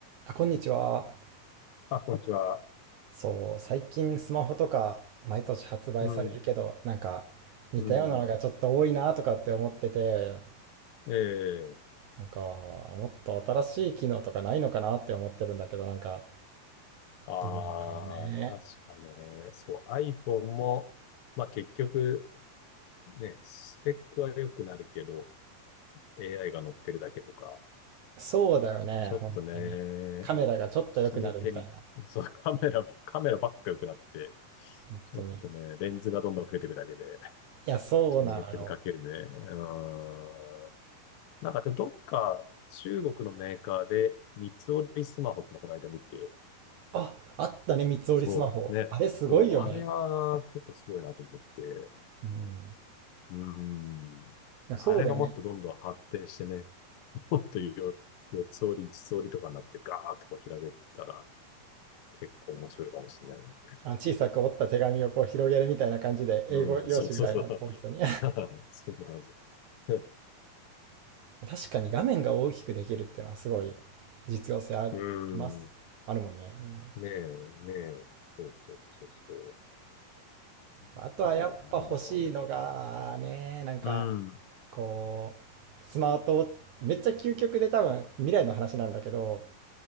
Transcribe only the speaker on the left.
あ、こんにちは。
うん、
うん。ええ
ああ確かね。
そう、iPhone も、まあ結局、ね、スペックは良くなるけど、AI が乗ってるだけとか、
やっぱちょっとね、
決め手に、そう、カメラ、カメラばっか良くなって、
ちょっとね、
レンズがどんどん増えていくだけで、
決め手にかけるね。うん。なんかで、どっか中国のメーカーで、三つ折りスマホってのこの間見て、
そう、ね。
そう、あれは結構すごいなと思って。
うん。
あれがもっとどんどん発展してね、
<laughs> もっとよ4つ折り、5つ折りとかになってガーッとこう開けたら結構面白いかもしれないね。
うん、
そうそうそう。<laughs> そんなはず。<laughs>
うん。ね
え、ねえ。そうそうそうそう。
あとは、なんだろうね。
うん、